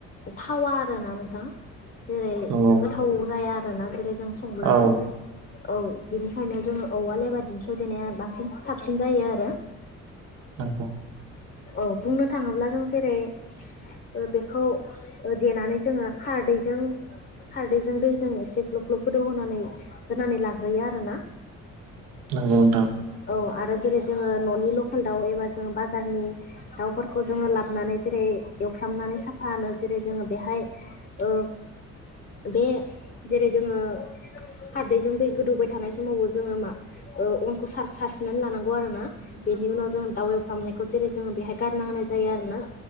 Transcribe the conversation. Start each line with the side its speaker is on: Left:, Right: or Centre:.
Left: थावा आरोना नोंथां जेरै
Right: नंगौ
Left: गोथाव जाया आरोना जेरै जों सं संब्लाबो
Right: औ
Left: औ बिनिखायनो जोङो औवा लेबा दिंखियाव देनाया बांसिन साब साबसिन जायो आरो
Right: नंगौ
Left: औ बुंनो थाङोब्ला जों जेरै ओ बेखौ देनानै जोङो खारदैजों खारदैजों दैजों एसे ग्लब ग्लब गोदौ होनानै होनानै लाग्रोयो आरो ना।
Right: नंगौ नोंथां।
Left: औ आरो जेरै जोङो न'नि लकेल दाउ एबा जोङो बाजारनि दाउफोरखौ जोङो लाबोनानै जेरै एवफ्रामनानै साफानो जेरै जोङो बेहाय ओ बे जेरै जोङो ‌ हारदैजों दै गोदौबाय थानाय समावबो जोङो मा ओ अनखौ सार नानै लानांगौ आरोोना बेनि उनाव जों दाउ एवफ्रामनायखौ जेरै जोङो बेहाय गारना होनाय जायो आरो ना